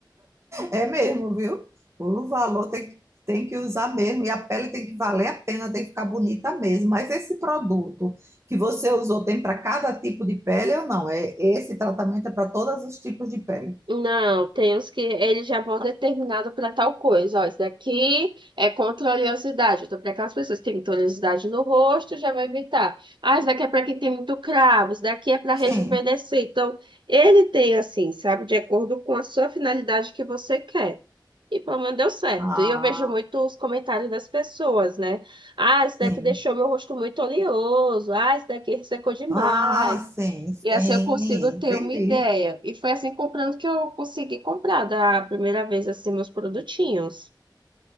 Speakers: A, on the right; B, on the right.
A: É mesmo, viu? O valor tem que, tem que usar mesmo, e a pele tem que valer a pena, tem que ficar bonita mesmo. Mas esse produto que você usou tem para cada tipo de pele ou não? É, esse tratamento é para todos os tipos de pele?
B: Não, tem uns que ele já vão determinado para tal coisa. Ó, isso daqui é contra a oleosidade. Então, para aquelas pessoas que têm muita oleosidade no rosto, já vai evitar. Ah, isso daqui é para quem tem muito cravo, isso daqui é para
A: Sim.
B: rejuvenescer. Então, ele tem assim, sabe, de acordo com a sua finalidade que você quer. E pelo menos deu certo.
A: Ah,
B: E eu vejo muito os comentários das pessoas, né? Ah, isso
A: sim.
B: daqui deixou meu rosto muito oleoso. Ah, isso daqui ressecou demais.
A: Ah, sim, sim,
B: E assim eu consigo ter
A: entendi.
B: uma ideia. E foi assim comprando que eu consegui comprar da primeira vez assim meus produtinhos.